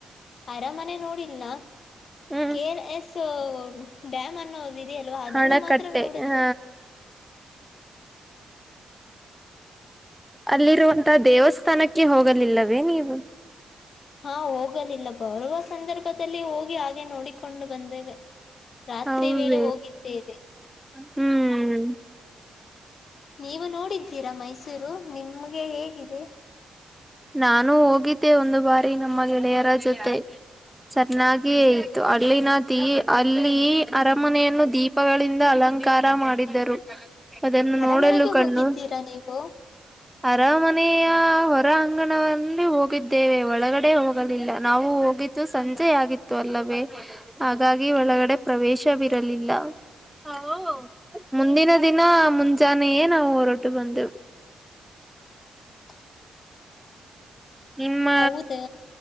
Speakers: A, on the left; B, in the centre.
A: ಅರಮನೆ ನೋಡಿಲ್ಲ
B: ಹ್ಮ್
A: ಕೆರ್ ಎಸ್ ಡ್ಯಾಮ್ ಅನ್ನೋದಿಲ್. ಇದೆಯಲ್ವಾ ಅದನ್ನ
B: ಹಣಕಟ್ಟೆ
A: ಮಾತ್ರ ನೋಡ್ದು
B: ಹ ಅಲ್ಲಿರುವಂತ ದೇವಸ್ಥಾನಕ್ಕೆ ಹೋಗಲಿಲ್ಲವೇ ನೀವು
A: ಹಾ ಹೋಗಲಿಲ್ಲ ಬರುವ ಸಂದರ್ಭದಲ್ಲಿ ಹೋಗಿ ಹಾಗೆ ನೋಡಿಕೊಂಡು ಬಂದೇವೆ ರಾತ್ರಿ
B: ಹೌದ
A: ವೇಳೆ ಹೋಗಿದ್ದೇವೆ
B: ಹ್ಮ್
A: ನೀವು ನೋಡಿದ್ದೀರಾ ಮೈಸೂರು ನಿಮ್ಗೆ ಹೇಗಿದೆ
B: ನಾನು ಹೋಗಿದ್ದೆ ಒಂದು ಬಾರಿ ನಮ್ಮ ಗೆಳೆಯರ ಜೊತೆ ಸೆನ್ನಾಗಿ ಇಯತು ಅಲ್ಲಿನ ದೀ ಅಲ್ಲಿ ಅರಮನೆಯನ್ನು ದೀಪ -ಗಳಿಂದ ಅಲಂಕಾರ ಮಾಡಿದ್ದರು ಅದನ್ನು
A: ಅರಮನೆಗೆ
B: ನೋಡಲು ಕಣ್ಣು
A: ಹೋಗಿದ್ದೀರಾ ನೀವು
B: ಅರಾಮನೆಯ ಹೊ ಹೊರಾಂಗಣ ಹೋಗಿದ್ದೇವೆ ಒಳಗಡೆ ಹೋಗಲಿಲ್ಲ ನಾವು ಹೋಗಿದ್ದು ಸಂಜೆ ಆಗಿತ್ತು ಅಲ್ಲವೇ ಹಾಗಾಗಿ ಒಳಗಡೆ ಪ್ರವೇಶ ಬಿರಲಿಲ್ಲ ಹ ಮುಂದಿನ ದಿನ ಮುಂಜಾನೆಯೇ ನಾವು ಹೊರಟು ಬಂದೇವು
A: <inaudible>
B: ನಿಮ್ಮ
A: ಹೌದಾ